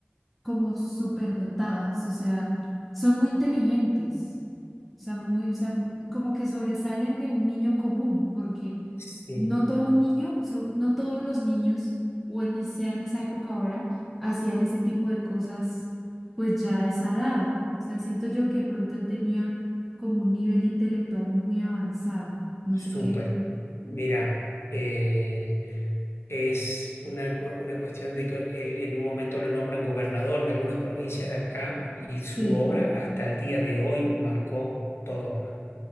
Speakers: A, in the centre; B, on the left (about 80°).
A: como superdotadas, o sea, son muy inteligentes, o sea, muy, o sea, como que sobresalen de un niño común, porque
B: sí,
A: no todo niño, so- no todos los niños, o en, sea en esa época ahora, hacían ese tipo de cosas, pues ya a esa edad. O sea, siento yo que de pronto él tenía como un nivel intelectual muy avanzado, no
B: súper.
A: sé qué,
B: Mira, eh, Es una, cu- una cuestión de que él en un momento lo nombran gobernador de algunas provincias de acá y
A: sí,
B: su obra hasta el día de hoy marcó todo.